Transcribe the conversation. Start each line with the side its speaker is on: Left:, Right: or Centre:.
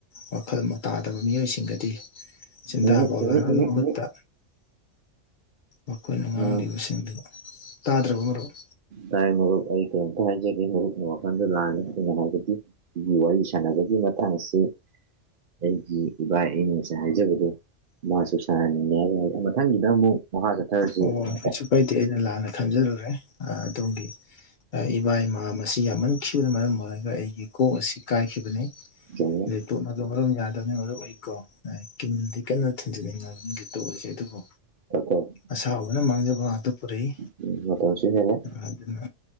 Left: ꯋꯥꯈꯜ ꯇꯥꯗꯕ ꯃꯤꯑꯣꯏꯁꯤꯡꯒꯗꯤ ꯆꯤꯟꯗ
Right: ꯎꯝꯍꯨꯝ
Left: ꯄꯥꯎꯗꯅꯕꯒꯤ
Right: ꯎꯝꯍꯨꯝ ꯎꯝꯍꯨꯝ
Left: ꯃꯍꯨꯠꯇ
Right: ꯎꯝꯍꯨꯝ
Left: ꯃꯈꯣꯏꯅ ꯉꯥꯡꯂꯤꯕꯁꯤꯡꯗꯨ
Right: ꯑꯥ
Left: ꯇꯥꯗ꯭ꯔꯕ ꯃꯔꯨꯞ
Right: ꯇꯥꯏ ꯃꯔꯨꯞ ꯑꯩ ꯀꯔꯤꯝꯇ ꯍꯥꯏꯖꯒꯦ ꯃꯔꯨꯞꯀꯤ ꯋꯥꯈꯟꯗ ꯂꯥꯟꯜꯂꯦ ꯑꯩꯅ ꯍꯥꯏꯔꯕꯗꯤ <unintelligible> ꯋꯥꯔꯤ ꯁꯥꯟꯅꯕꯒꯤ ꯃꯇꯥꯡꯁꯤ ꯑꯩꯒꯤ ꯏꯚꯥꯏ ꯑꯩꯅ ꯉꯁꯥꯏ ꯍꯥꯏꯖꯕꯗꯣ ꯃꯥꯁꯨ ꯁꯥꯍꯟꯅꯤꯡꯉꯦ <unintelligible> ꯃꯊꯪꯒꯤꯗ ꯑꯃꯨꯛ ꯃꯈꯥ ꯆꯠꯊꯔꯁꯤ
Left: ꯑꯣ
Right: ꯎꯝ
Left: ꯀꯩꯁꯨ ꯀꯥꯏꯗꯦ ꯑꯩꯅ ꯂꯥꯟꯅ ꯈꯟꯖ ꯑꯗꯣꯝꯒꯤ ꯏꯕꯥ ꯏꯃꯥ ꯃꯁꯤ ꯌꯥꯝꯃꯟꯈꯤꯕꯅ ꯃꯔꯝ ꯑꯣꯏ <unintelligible> ꯑꯩꯒꯤ ꯀꯣꯛ ꯑꯁꯤ ꯀꯥꯏꯈꯤꯕꯅꯤ
Right: ꯆꯨꯝꯃꯦ
Left: ꯂ ꯇꯣꯠꯅꯕ ꯃꯔꯝ ꯌꯥꯗꯕꯅꯤ ꯃꯔꯝ ꯑꯩꯀꯣ ꯀꯤꯝꯗꯤ ꯀꯟꯅ ꯊꯤꯟꯖꯤꯟꯅꯤꯡꯉꯕꯅꯤꯗꯤ ꯇꯣꯂꯁꯦ ꯑꯗꯨꯕꯨ
Right: <unintelligible>
Left: ꯑꯁꯥꯎꯕꯅ ꯃꯥꯡꯖꯕ ꯉꯥꯛꯇ ꯄꯨꯔꯛꯏ
Right: ꯎꯝ ꯃꯇꯝꯁꯨ ꯍꯦꯜꯂꯦ
Left: ꯑꯗꯨꯅ